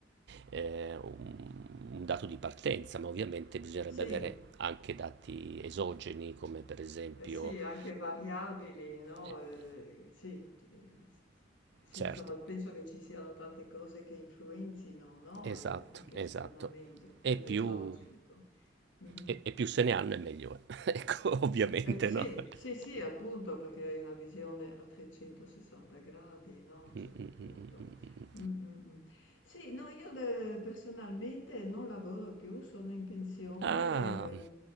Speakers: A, on the right; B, on the left.
A: eh, un, un dato di partenza, ma ovviamente bisognerebbe
B: Sì,
A: avere anche dati esogeni, come per esempio...
B: eh sì, anche variabili, no?
A: eh,
B: Eh, sì, eh, s- sì,
A: certo,
B: insomma, penso che ci siano tante cose che influenzino, no?
A: esatto,
B: Eh, anche
A: esatto.
B: esternamente, appunto
A: E più,
B: esogenico. Mhm.
A: e, e più se ne hanno e meglio è. <laughs> Ecco, ovviamente,
B: Eh, sì,
A: no? <laughs>
B: sì, sì, appunto, perché hai una visione a 360 gradi, no? A un certo
A: Mm, mm,
B: punto.
A: mm, mm, mm.
B: Mm, mm, mm. Sì, no, io de- personalmente non lavoro più, sono in pensione,
A: Ah,
B: ero, in-